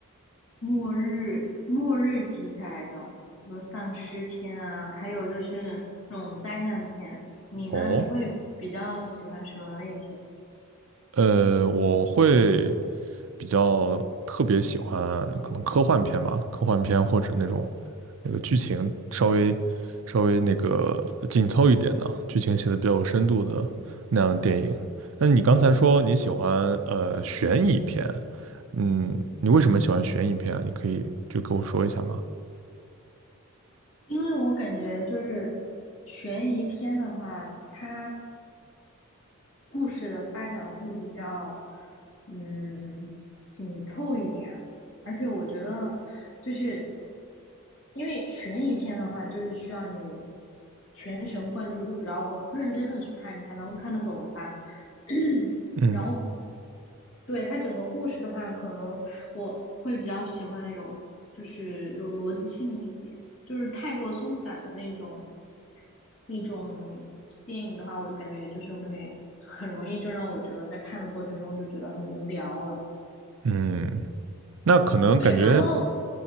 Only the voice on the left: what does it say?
末日末日题材的，比如丧尸片啊，还有就是那种灾难片。你呢？
你会比较喜欢什么类型？
因为我感觉就是悬疑片的话，它故事的发展会比较，嗯，紧凑一点。而且我觉得，就是因为悬疑片的话，就是需要你全神贯注，就比较认真的去看，你才能看得懂吧。<clears throat>
然后，对，它整个故事的话，可能我会比较喜欢有，就是有逻辑性一点，就是太过松散的那种，那种电影的话，我就感觉就是会很容易就让我觉得在看的过程中就觉得很无聊了。
对，然后